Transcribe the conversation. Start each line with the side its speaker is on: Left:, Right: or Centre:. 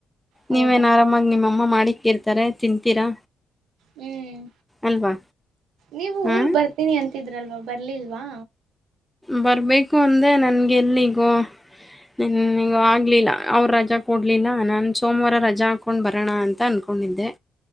Right: ಹೌದಾ
Centre: ನೀವೇನ್ ಆರಾಮಾಗಿ ನಿಮ್ಮಮ್ಮ ಅಮ್ಮ ಮಾಡಿಕ್ಕಿರ್ತಾರೆ ತಿಂತೀರಾ.
Right: ಹ್ಮ್
Centre: ಅಲ್ವಾ?
Right: ನೀವು
Centre: ಆ!
Right: ಊರ್ಗ್ ಬರ್ತೀನಿ ಅಂತ್ ತಿದ್ರಲ್ವಾ ಬರ್ಲಿಲ್ವಾ.
Centre: ಬರ್ಬೇಕು ಅಂದರೆ ನನ್ಗೆ ಎಲ್ಲಿಗೋ ಇನಿಗೊ ಆಗ್ಲಿಲ್ಲ ಅವ್ರು ರಜಾ ಕೊಡ್ಲಿಲ್ಲ ನಾನು ಸೋಮವಾರ ರಜಾ ಹಾಕ್ಕೊಂಡು ಬರೋಣ ಅಂತ ಅಂದ್ಕೊಂಡಿದ್ದೆ.